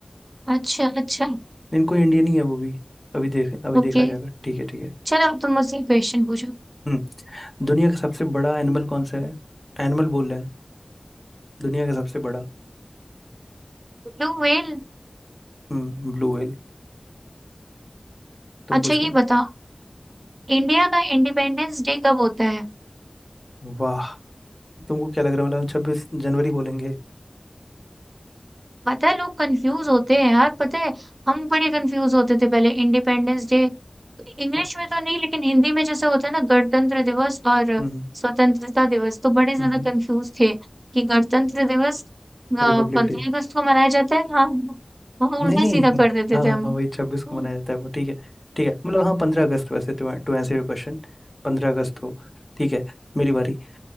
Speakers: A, on the right (about 55°); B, on the left (about 20°).
A: अच्छा अच्छा
B: लेकिन कोई इंडियन ही है वो भी अभी देख अभी देखा
A: ओके
B: जाएगा ठीक है ठीक है
A: चलो अब तुम मुझसे क्वेश्चन पूछो
B: हम्म दुनिया का सबसे बड़ा एनिमल कौन सा है एनिमल बोल रहे हैं दुनिया का सबसे बड़ा
A: Blue whale
B: हम्म ब्लू व्हेल तुम
A: अच्छा
B: पूछो
A: ये बताओ इंडिया का इंडिपेंडेंस डे कब होता है
B: वाह तुमको क्या लग रहा है मतलब छब्बीस जनवरी बोलेंगे
A: पता है लोग कंफ्यूज होते हैं यार पता है हम बड़े कंफ्यूज होते थे पहले इंडिपेंडेंस डे इंग्लिश
B: ओ,
A: में तो नहीं लेकिन हिंदी में जैसे होता है ना गणतंत्र दिवस और
B: हम्म
A: स्वतंत्रता दिवस तो बड़े ज्यादा
B: हम्म
A: कंफ्यूज थे कि गणतंत्र दिवस पंद्रह
B: Republic day
A: अगस्त को मनाया जाता है हाँ हाँ
B: नहीं
A: उल्टा
B: नहीं
A: सीधा
B: <laughs>
A: कर देते
B: हाँ हाँ
A: थे हम
B: हाँ, वही छब्बीस को
A: हम्म,
B: मनाया जाता है वो ठीक है ठीक है मतलब हाँ पंद्रह अगस्त वैसे to to answer your question पंद्रह अगस्त को ठीक है मेरी बारी